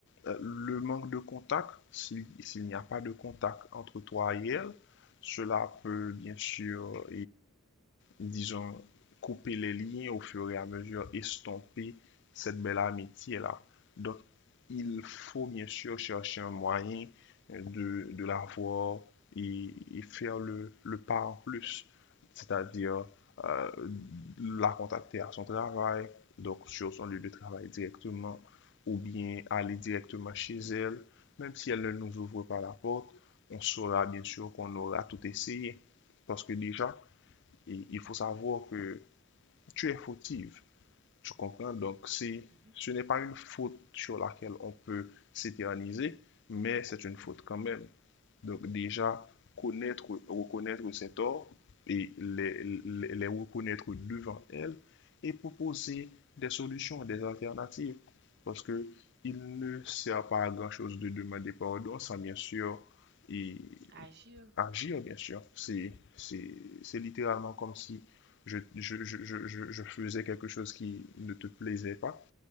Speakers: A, on the left; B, on the right.
A: euh, le manque de contact, si- s'il n'y a pas de contact entre toi et elle, cela peut bien sûr disons, couper les liens au fur et à mesure, estomper cette belle amitié-là. Donc, il faut bien sûr chercher un moyen euh, de, de la voir et, et faire le, le pas en plus, c'est-à-dire
B: Mhm,
A: euh, la contacter à son travail, donc sur son lieu de travail directement, ou bien aller directement chez elle, même si elle ne nous ouvre pas la porte, on saura bien sûr qu'on aura tout essayé. Parce que déjà,
B: mhm,
A: et il faut savoir que tu es fautive, tu comprends? Donc, c'est,
B: mhm.
A: ce n'est pas une faute sur laquelle on peut s'éterniser, mais c'est une faute quand même. Donc, déjà, connaître, reconnaître ses torts et les, les, les reconnaître devant elle et proposer des solutions, des alternatives. Parce que il ne sert pas à grand-chose de demander pardon sans bien sûr et
B: Agir.
A: agir, bien sûr. C'est, c'est, c'est littéralement comme si je, je, je, je, je- faisais quelque chose qui ne te plaisait pas.